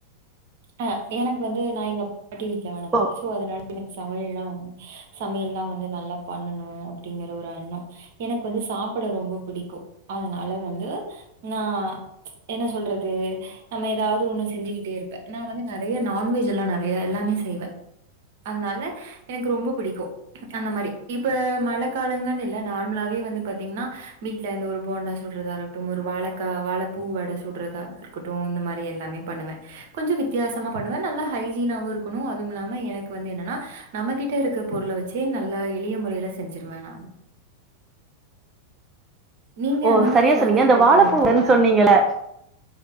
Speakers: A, on the right; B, on the right.
A: ஆ எனக்கு வந்து நா எங்க பாட்டி வீட்ல வளந்தே
B: ஓ
A: சோ அதனால எனக்கு சமையல் எல்லா வந்து சமையல் எல்லா வந்து நல்லா பண்ணணு அப்டிங்கற ஒரு எண்ணோ எனக்கு வந்து சாப்பிட ரொம்ப புடிக்கு அதனால வந்து நா என்ன சொல்றது நம்ம எதாவது ஒண்ணு செஞ்சுக்கிட்டே இருப்பே நா வந்து நெறைய நான்வெஜ் எல்லா நெறைய எல்லாமே செய்வே அதனால எனக்கு ரொம்ப பிடிக்கு அந்த மாரி இப்ப மழ காலங்கன்னு இல்ல நார்மலாவே வந்து பாத்தீங்கன்னா வீட்ல இருந்து ஒரு போண்டா சுட்றதா இருக்கட்டு ஒரு வாழக்கா வாழ பூ வட சுட்றதா இரு கட்டு இந்த மாறி எல்லாமே பண்ணுவே கொஞ்ச வித்தியாசமா பண்ணுவே நல்லா ஹைஜீனாவு இருக்கணு அதுவும் இல்லாம எனக்கு வந்து என்னன்னா நம்மகிட்ட இருக்க பொருள வெச்சே நல்லா எளிய முறையில செஞ்சிருவே நா நீங்க
B: ஓ
A: அந்த மாறி
B: சரியா
A: எதாவது
B: சொன்னீங்க இந்த
A: ட்ரை
B: வாழப்பூ
A: பண்ணிருக்கீங்களா
B: வடன்னு சொன்னீங்கல்ல